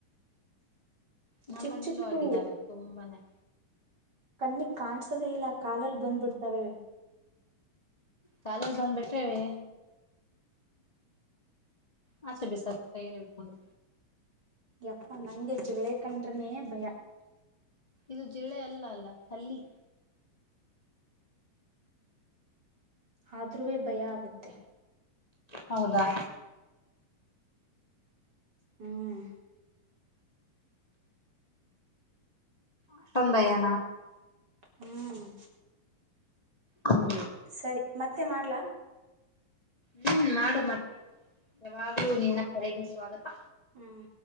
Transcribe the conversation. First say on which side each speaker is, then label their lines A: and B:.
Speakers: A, on the left; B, on the right.
A: ನಮ್ಮ
B: ಚಿಕ್
A: ಮನೇಲ್ಲೂ
B: ಚಿಕ್ದು
A: ಆಗಿದ್ದಾವೆ ತುಂಬಾನೇ
B: ಕಣ್ಣಿ ಕಾಣ್ಸದೆೇ ಇಲ್ಲ ಕಾಲಲ್ಲಿ ಬಂದ್ಬಿಡ್ತವೆೆ
A: ಕಾಲರ್ ಬಂದ್ ಬಿಟ್ರೆವೆ ಹ ಸ ಬಿಿಸ ಕ ಹ
B: ಯಪ್ಪಾ ನಂಗೆ ಜ್ುಳೆ ಕಂಡ್ರನೇ ಭಯ
A: ಇದು ಜಿಲ್ಲೆ ಅಲ್ಲ ಅಲ್ಲ ಅಲ್ಲಿ
B: ಆದ್ರೂೆ ಭಯ ಆಗುತ್ತೆ
A: ಹೌದಾ
B: ಹ್ಮ್
A: ಅಷ್ಟನ್ ಭಯಾನ
B: ಹ್ಮ್
A: ಹ್ಮ್
B: ಸರಿ ಮತ್ತೆ ಮಾಡ್ಲಾ
A: ಹ್ಮ್ ಮಾಡು ಮತ್ತೆ ಯಾವಾಗ್ಲೂ ನಿನ್ನ ಕರೆಗೆ ಸ್ವಾಗತ
B: ಹ್ಮ್